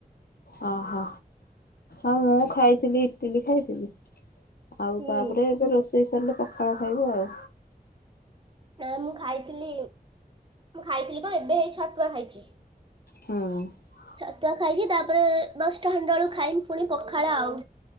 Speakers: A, on the left (about 75°); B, on the right (about 30°).
A: ଓ ହୋ ଆଉ ମୁଁ ଖାଇଥିଲି ଚିଲି ଖାଇଥିଲି ଆଉ
B: ହୁଁ।
A: ତାପରେ ଏବେ ରୋଷେଇ ସାରିଲେ ପଖାଳ ଖାଇବୁ ଆଉ।
B: ନା ମୁଁ ଖାଇଥିଲି ମୁଁ ଖାଇଥିଲି କଣ ଏବେ ହେଇ ଛତୁଆ ଖାଇଛି।
A: ହଁ।
B: ଛତୁଆ ଖାଇଛି। ତାପରେ ଦଶଟା ହାଣ୍ଡ ବେଳୁ ଖାଇମି ପୁଣି ପଖାଳ ଆଉ।